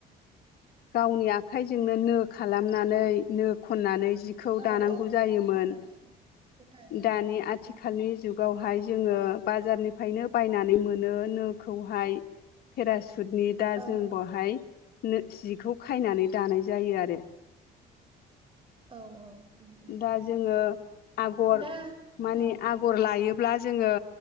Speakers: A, on the left; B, on the right.
A: गावनि आखाइजोंनो नो खालामनानै नो खननानै जिखौ
B: औ
A: दानांगौ
B: औ
A: जायोमोन
B: नो खननानै बेखौ दायोमोन
A: दानि
B: औ नंगौ
A: आथिखालनि जुग गावहाय जोङो बाजारनिफ्रायनो बायनानै मोनो नोखौहाय पेरासुटनि दा
B: औ
A: जों बहाय नो जिखौ खायनानै दानाय जायो आरो
B: औ औ उम उम
A: दा जोङो आगर
B: दा
A: मानि
B: औ
A: आ गर लायोब्ला जोङो